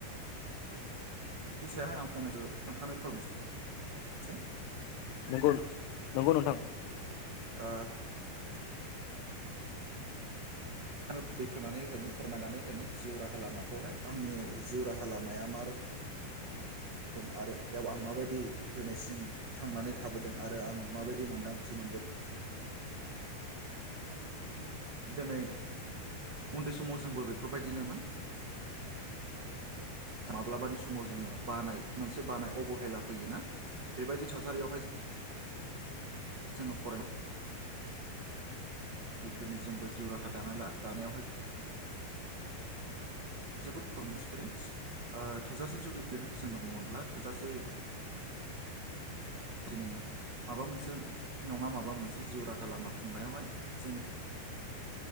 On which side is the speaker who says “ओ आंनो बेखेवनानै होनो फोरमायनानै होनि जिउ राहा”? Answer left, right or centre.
Right